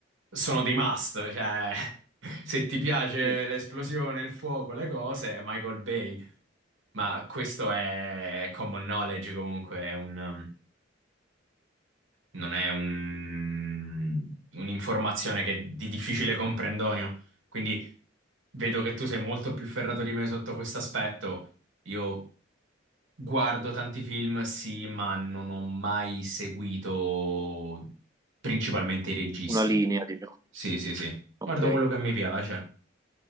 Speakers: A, on the right (about 85°); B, on the right (about 15°).
A: sono dei must, cioè <laughs> se ti piace
B: Sì.
A: l'esplosione, il fuoco, le cose, Michael Bay. Ma questo è common knowledge comunque, è un, non è un- un'informazione che è di difficile comprendonio. Quindi vedo che tu sei molto più ferrato di me sotto questo aspetto. Io guardo tanti film, sì, ma non ho mai seguito principalmente i registi.
B: Una linea, diciamo.
A: Sì, sì, sì.
B: Ok.
A: Guardo quello che mi piace.